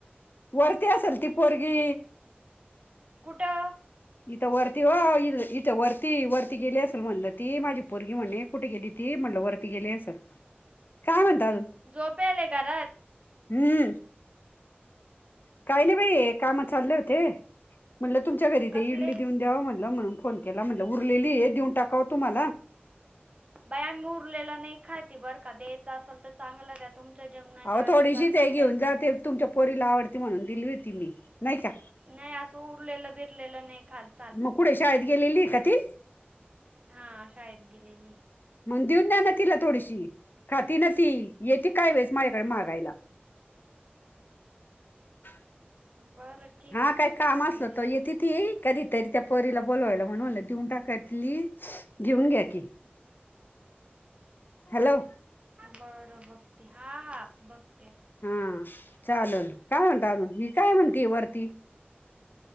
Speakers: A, on the left; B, on the right.
A: वरती असेल ती पोरगी
B: कुठं?
A: इथं वरती हो इ इथं वरती वरती गेली असेल म्हणलं ती माझी पोरगी म्हणे. कुठे गेली ती म्हणल वरती गेली असल काय म्हणत अजून
B: झोपेले घरात
A: हम्म काही नाही बाई कामा चाल्ले होतेे. तुमच्या घरी
B: कसले
A: ते इडली देऊन द्याव म्हटलं म्हणून फोन केला म्हटलं उरलेली आहे देऊन टाकाव तुम्हाला
B: बाई आम्ही उरलेला नाही खातती बर का द्यायचं असेल तर चांगलं. तुमचं जगणाच्या
A: अहो
B: आधीच
A: थोडीशीच
B: असाल
A: आहे घेऊन
B: तर
A: जा
B: द्या.
A: ते तुमच्या पोरीला आवडती म्हणून दिली होती मी नाही का?
B: नाही असं उरलेलं बिरलेलं नाही खालत.
A: मगकुड शाळद गेलेली कथी
B: हा शाळेत गेलेली
A: मग देऊन द्या ना तिला थोडीशी खातात ना ती येते काय वेळेस माझ्याकडे मागायला <unintelligible>
B: बरं ठीक
A: हा
B: आहे
A: काय
B: बघते
A: काम
B: तिला
A: असलं
B: विचारून
A: तर ये तिथ ये कधी तरी त्या पोरीला बोलवायला म्हण म्हलं देऊन टाकातली घेऊन घ्या की हॅलो
B: बरं बघते हा हा बघते.
A: हा चालेल काय म्हणत अजून मी काय म्हणते वरती